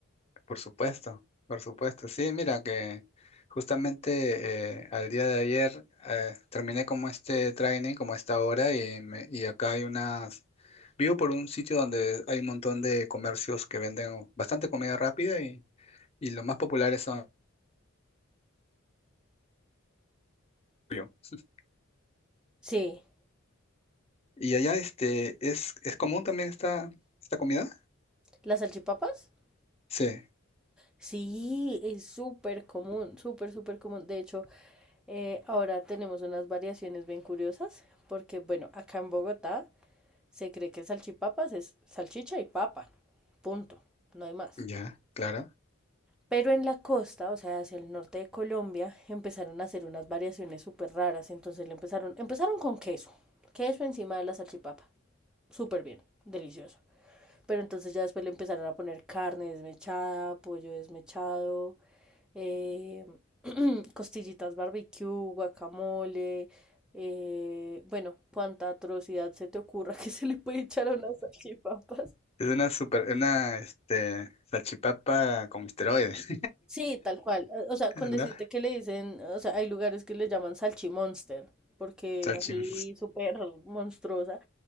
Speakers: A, on the left; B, in the centre.
A: Por supuesto, por supuesto. Sí, mira que justamente eh, al día de ayer eh, terminé como este training, como esta hora, y, me- y acá hay unas... Vivo por un sitio donde hay un montón de comercios que venden bastante comida rápida y, y los más populares son... <laughs>
B: Sí,
A: Y allá este, ¿es, es común también esta, esta comida?
B: ¿las salchipapas?
A: Sí,
B: Sí, es súper común, súper, súper común. De hecho, eh, ahora tenemos unas variaciones bien curiosas, porque bueno, acá en Bogotá se cree que salchipapas es salchicha y papa, punto, no hay más.
A: ya, claro.
B: Pero en la costa, o sea, hacia el norte de Colombia, empezaron a hacer unas variaciones súper raras. Entonces le empezaron, empezaron con queso, queso encima de la salchipapa. Súper bien, delicioso. Pero entonces ya después le empezaron a poner carne desmechada, pollo desmechado, eh, <clears throat> costillitas barbecue, guacamole. eh, bueno, cuánta atrocidad se te ocurra <laughs> que se le puede echar a unas salchipapas.
A: Es una super, una este, salchipapa con esteroides,
B: Sí, tal cual. eh, O sea,
A: <laughs>
B: con decirte
A: ¿no?
B: que le dicen, o sea, hay lugares que le llaman salchimonster, porque
A: Salchim.
B: es así súper monstruosa,